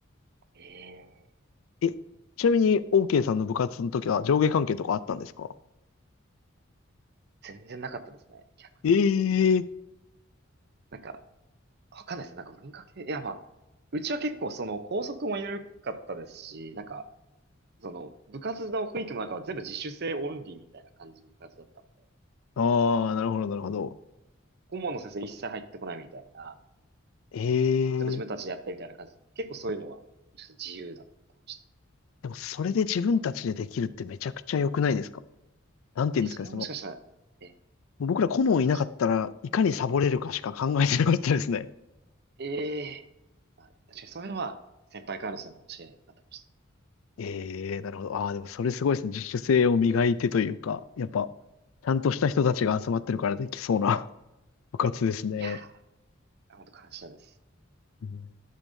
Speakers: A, on the right; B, on the left.
A: ええ
B: え、ちなみに、OK さんの部活の時は上下関係とかあったんですか
A: 全然なかったですね。逆に。
B: ええ
A: なんか、わかんないですね。なんか文化系、いやまあ、うちは結構その校則も緩かったですし、なんか、その部活の雰囲気もなんか全部自主性オンリーみたいな感じの部活だったので、
B: ああー、なるほど、なるほど。
A: 顧問の先生一切入ってこないみたいな、
B: ええ
A: あの全部自分たちでやってみたいな感じ。結構そういうのは、ちょっと自由だったかもしれない。
B: でも、それで自分たちでできるってめちゃくちゃ良くないですかなんて言うんですかね、
A: いや、それはもしかしたら、
B: その、
A: え、
B: 僕ら顧問いなかったらいかにサボれるかしか考えてなかったですね。
A: そうですね。ええまあ、確かにそういうのは先輩からのそれ教えだったかもしれな
B: ええなるほど。ああ、でもそれすごいですね。自主性を磨いてというか、やっぱ、ちゃんとした人たちが集まってるからできそうな <laughs> 部活ですね。
A: い。いやー、本当感謝です。
B: うん